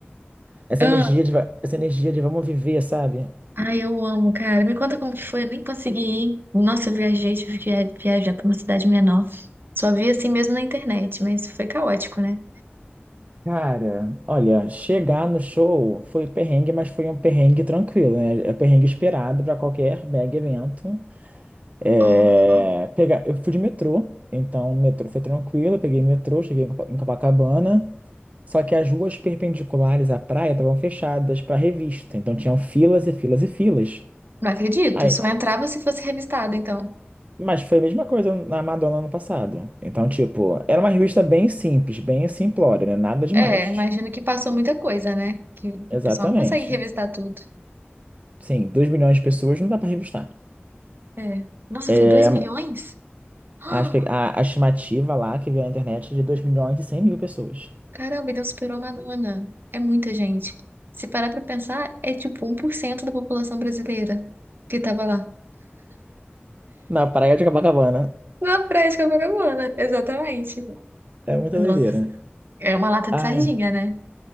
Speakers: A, on the right; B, on the right.
A: essa
B: Ah,
A: energia de, va- essa energia de vamos viver, sabe?
B: ai, eu amo, cara. Me conta como que foi. Eu nem consegui ir. Nossa, eu viajei, tive que viajar pra uma cidade menor. Só vi assim mesmo na internet, mas foi caótico, né?
A: Cara, olha, chegar no show foi perrengue, mas foi um perrengue tranquilo, né? É perrengue esperado para qualquer mega evento. É,
B: Aham.
A: pegar, eu fui de metrô, então o metrô foi tranquilo, eu peguei metrô, cheguei em Copa- em Copacabana, só que as ruas perpendiculares à praia estavam fechadas para revista, então tinham filas e filas e filas.
B: Não acredito.
A: Aí,
B: Só entrava se fosse revistado, então.
A: mas foi a mesma coisa na Madonna ano passado. Então, tipo, era uma revista bem simples, bem simplória, né? Nada demais.
B: É, imagino que passou muita coisa, né? Que o
A: Exatamente.
B: pessoal não consegue revistar tudo.
A: Sim, 2 milhões de pessoas não dá para revistar.
B: É. Nossa,
A: É,
B: foi 2 milhões? <gasps>
A: a, espe- a a estimativa lá que veio na internet é de dois milhões e cem mil pessoas.
B: Caramba, então superou a Madonna. É muita gente. Se parar pra pensar, é tipo um por cento da população brasileira que tava lá.
A: Na praia de Copacabana.
B: Na prática, vagabunda, exatamente.
A: É muita
B: Nossa,
A: doideira.
B: é uma lata
A: Ai,
B: de sardinha, né?